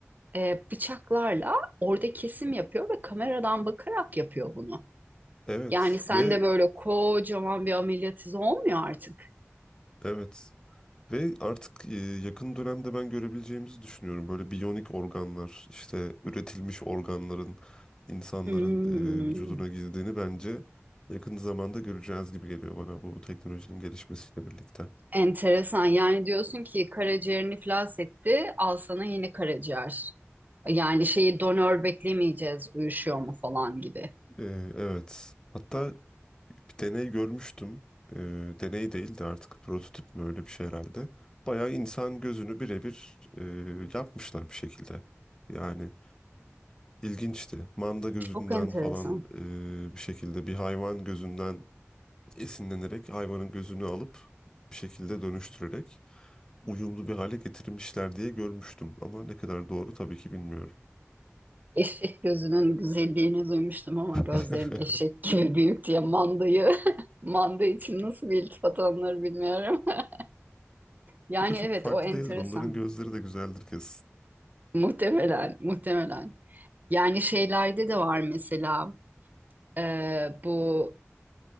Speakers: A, on the right; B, on the left.
A: e, bıçaklarla orada kesim yapıyor ve kameradan bakarak yapıyor bunu.
B: Evet
A: Yani sen
B: ve
A: de böyle kocaman bir ameliyat izi olmuyor artık.
B: evet Ve artık e, yakın dönemde ben görebileceğimizi düşünüyorum. Böyle biyonik organlar, işte üretilmiş organların insanların
A: Hmm.
B: e, vücuduna girdiğini bence yakın zamanda göreceğiz gibi geliyor bana bu teknolojinin gelişmesiyle birlikte.
A: Enteresan. Yani diyorsun ki karaciğerini iflas etti, al sana yeni karaciğer. Yani şeyi donör beklemeyeceğiz, uyuşuyor mu falan gibi.
B: E, evet. Hatta bir deney görmüştüm. E, deney değil de artık prototip mi öyle bir şey herhalde. Bayağı insan gözünü birebir e, yapmışlar bir şekilde. Yani İlginçti. Manda gözünden
A: Çok enteresan.
B: falan e, bir şekilde bir hayvan gözünden esinlenerek hayvanın gözünü alıp bir şekilde dönüştürerek uyumlu bir hale getirmişler diye görmüştüm. Ama ne kadar doğru tabii ki bilmiyorum.
A: Eşek gözünün güzelliğini duymuştum ama
B: <laughs>
A: gözlerin eşek gibi <laughs> büyük diye mandayı, <laughs> manda için nasıl bir iltifat alınır bilmiyorum. <laughs> Yani
B: O da çok
A: evet
B: farklı
A: o enteresan.
B: değildir. Onların gözleri de güzeldir kesin.
A: Muhtemelen, muhtemelen. Yani şeylerde de var mesela e, bu